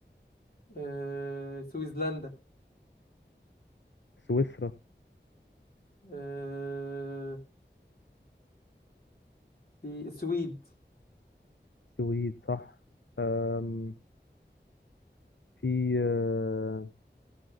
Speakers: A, on the left; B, on the left.
A: آه سويسلندا
B: سويسرا
A: آه في السويد
B: السويد صح آم، في آه،